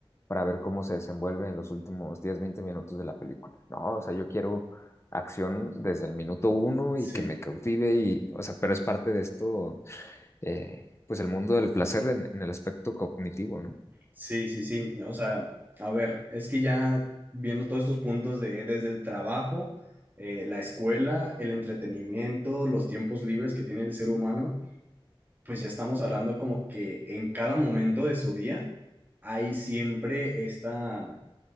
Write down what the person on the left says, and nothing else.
para ver cómo se desenvuelve en los últimos 10, 20 minutos de la película. No, o sea, yo quiero acción desde el minuto uno
y que me cautive y, o sea, pero es parte de esto, eh, pues el mundo del placer en, en el aspecto cognitivo, ¿no?